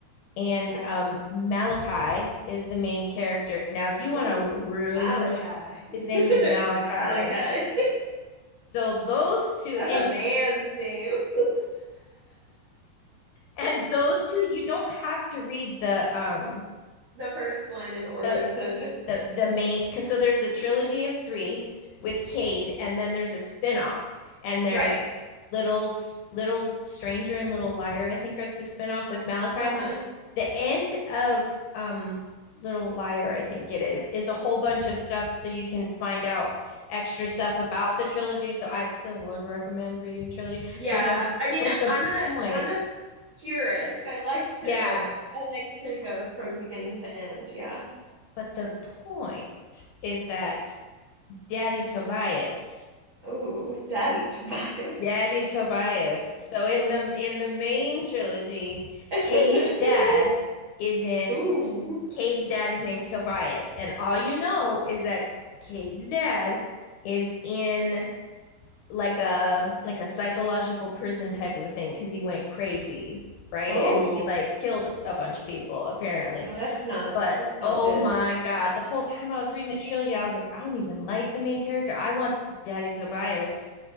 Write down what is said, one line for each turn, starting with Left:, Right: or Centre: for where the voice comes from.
Left: And
Right: Okay.
Left: um, Malachi is the main character. Now, if you want
Right: Ooh,
Left: to really,
Right: Malachi.
Left: his name
Right: <laughs>
Left: is Malachi.
Right: Malachi.
Left: So those two
Right: That's
Left: and
Right: a man's name. <laughs>
Left: and those two you don't have to read the um
Right: The first one in order
Left: the
Right: to.
Left: the, the main cuz so there's the trilogy of 3 with Cade and then there's a spinoff and there's
Right: Right.
Left: little little stranger and little liar I think are the spinoff with Malachi.
Right: Uh-huh.
Left: The end of um little liar I think it is is a whole bunch of stuff so you can find out extra stuff about the trilogy so I still would recommend reading the trilogy
Right: Yeah,
Left: but the
Right: I mean,
Left: but the
Right: I'm
Left: point
Right: a I'm a purist. I like to
Left: yeah
Right: I like to go from beginning to end. Yeah.
Left: But the point is that Daddy Tobias,
Right: Oh, Daddy Tobias.
Left: Daddy Tobias. So in the in the main trilogy,
Right: <laughs>
Left: Cade's dad is in
Right: Ooh.
Left: Cade's dad is named Tobias, and all you know is that Cade's dad is in like a like a psychological prison type of a thing because he went crazy, right?
Right: Oh.
Left: And he like killed a bunch of people apparently.
Right: Oh, that's not
Left: But
Right: that's not
Left: oh
Right: good.
Left: my
Right: <gasps>
Left: God, the whole time I was reading the trilogy, I was like, I don't even like the main character. I want Daddy Tobias.